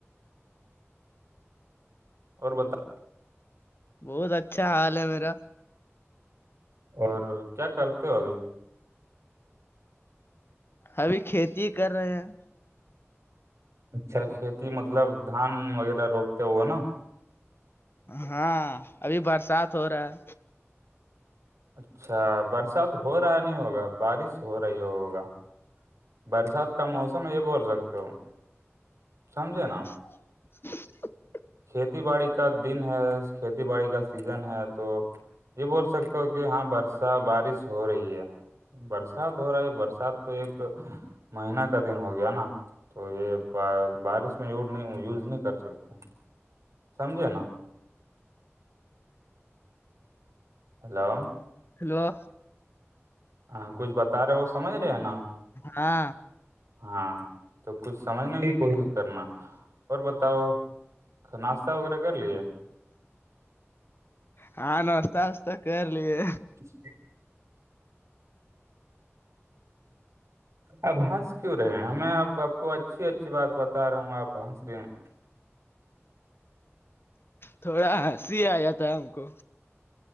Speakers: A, on the right (about 85°); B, on the left (about 50°).
A: اور بتا
B: بہت اچھا حال ہے میرا
A: اور کیا کرتے ہو ابھی
B: ابھی کھیتی ہی کر رہے ہیں
A: اچھا کھیتی مطلب دھان وغیرہ روکتے ہوئے نا
B: ہاں ابھی برسات ہو رہا ہے
A: اچھا برسات ہو رہا نہیں ہوگا بارش ہو رہی ہوگا برسات کا موسم یہ بول سکتے ہو سمجھے نا
B: <inaudible>
A: کھیتی باڑی کا دن ہے کھیتی باڑی کا سیزن ہے تو یہ بول سکتے ہو کہ ہاں برسا بارش ہو رہی ہے برسات ہو رہا ہے برسات تو ایک مہینہ کا دن ہو گیا نا تو یہ بارش میں یوز نہیں کر سکتے سمجھے نا ہلو
B: ہیلو
A: ہاں کچھ بتا رہے وہ سمجھ رہے ہیں نا
B: ہاں
A: ہاں تو کچھ سمجھنے کی کوشش کرنا اور بتاؤ ناشہ وغیرہ کر لیے
B: ہاں ناستا وستا کر لیے
A: جی اپ ہنس کیوں رہے ہمیں آپ آپ کو اچھی اچھی بات بتا رہا ہوں آپ ہنس رہے ہیں
B: تھوڑا ہنسی آ جاتا ہے ہم کو